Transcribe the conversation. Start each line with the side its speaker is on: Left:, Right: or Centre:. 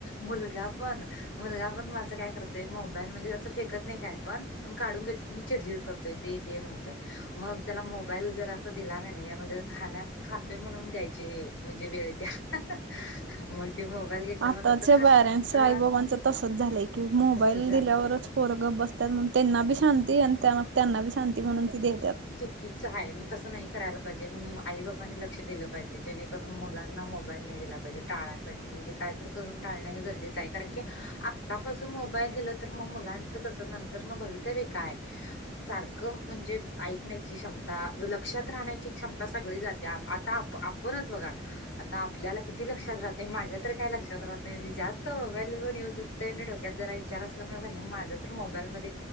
Left: मुलगा पण मुलगा पण माझा काय करतोय मोबाईल म्हणजे असं फेकत नाही काय पण मग काढून घेतलं कनी चिडचिड करतोय दे दे म्हणतोय मग त्याला मोबाईल जर असा दिला कनी म्हणजे खाणयात खाते म्हणून द्यायचे म्हणजे वेळ येत्या <unintelligible> मग ते मोबाईल घेतल्यामुळे
Right: आताचे
Left: कसं खात
Right: पॅरेंट्स
Left: अ
Right: आई बाबांचं तसंच झालंय की मोबाईल
Left: तसच झालं
Right: दिल्यावरच पोरं गप बसतात म्हण त्यांना बी शांती आणि त्यांना बी शांती म्हणून ती देत्यात.
Left: कीच आहे तसं नाही करायला पाहिजे आई बाबांनी लक्ष दिलं पाहिजे जेणेकरून मुलांना मोबाईल नाही दिला पाहिजे टाळाय पाहिजे म्हणजे काय तर करून टाळण हे गरजेचं आहे कारण की आत्तापासून मोबाईल दिलं तर मग मुलांच च नंतरन भवितव्य काय.
Right: <unintelligible>
Left: सारखं म्हणजे ऐकण्याची क्षमता व लक्षात राहण्याची क्षमता सगळी जाते आता आप पणच बघा आता आपल्याला किती लक्षात राहते माझ्या तरी काय लक्षात राहत नाही म्हणजे जास्त मोबाईल येऊन जाऊ काय डोक्यात जरा विचार असल्यामुळे माझं तर मोबाईल मध्ये